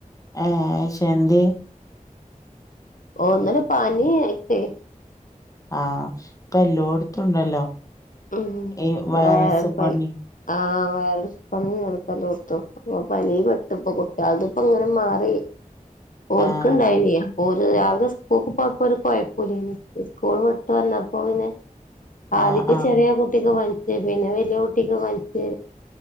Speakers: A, on the left; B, on the left.
A: ആഹശെ എന്ത്യേ
B: ഓ ന്നലെ പാനി എട്ടേ
A: ആഹ് ഇപ്പ എല്ലോടത്തുംണ്ടല്ലോ
B: ഉം
A: ഈ വൈറസ്
B: വയറൽ
A: പണി.
B: പനി ആഹ് <unintelligible> പനി പെട്ട് ഇപ്പ കുട്ടിയാൾദെ, ഇപ്പ ഇങ്ങനെ മാറി. ഓര്ക്ക്
A: ആഹ്
B: ഇണ്ടായിനെ. ഓര്‌, രാവിലെ സ്കൂൾക്ക് പോയപ്പോ ഒരു കോഴപ്പില്ല സ്കൂൾ വിട്ട് വന്നപ്പോന്നെ. <unintelligible>
A: ആഹ് ആഹ്
B: കുട്ടിക്ക് പനിച്ച് പിന്നെ വലിയ കുട്ടിക്ക് പനിച്ച്.